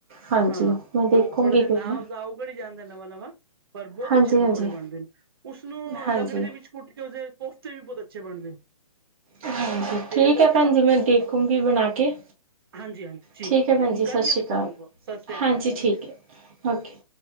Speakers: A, on the right; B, on the right.
A: ਹਾਂਜੀ
B: ਹਾਂ
A: ਮੈਂ ਦੇਖੂੰਗੀ
B: ਉਹ ਥੋੜਾ ਜਿਹਾ
A: ਕੋਈ
B: ਨਾ ਵਜਾਓ। ਪੜੀ ਜਾਂਦਾ ਨਵਾਂ-ਨਵਾਂ ਪਰ ਬੋਤ
A: ਹਾਂਜੀ-ਹਾਂਜੀ,
B: ਅੱਛੇ ਪਕੌੜੇ
A: ਹਾਂਜੀ।
B: ਬਣਦੇ ਨੇ, ਉਸਨੂੰ
A: ਹਾਂਜੀ
B: ਲੰਗੜੀ ਦੇ ਵਿੱਚ ਕੁੱਟ ਕੇ, ਉਸਦੇ ਕੋਫਤੇ ਵੀ ਬੋਤ ਅੱਛੇ ਬਣਦੇ ਨੇ।
A: ਹਾਂਜੀ,
B: ਪੇ
A: ਠੀਕ
B: ਕੋਫਤਾ
A: ਐ ਭੈਣ ਜੀ, ਮੈਂ ਦੇਖੂੰਗੀ ਬਣਾ ਕੇ।
B: ਹਾਂਜੀ-ਹਾਂਜੀ, ਠੀਕ-ਠੀਕ
A: ਠੀਕ ਹੈ ਭੈਣ ਜੀ
B: ਕਰਨੀ
A: ਸਤਿ
B: ਆਂ,
A: ਸ਼੍ਰੀ
B: ਮੈਂ ਤੁਸਾ
A: ਅਕਾਲ।
B: ਨੂੰ ਕੋਲ। ਸਤਿ ਸ੍ਰੀ ਅਕਾਲ
A: ਹਾਂਜੀ,
B: ਜੀ।
A: ਠੀਕ ਐ ਔਕੇ।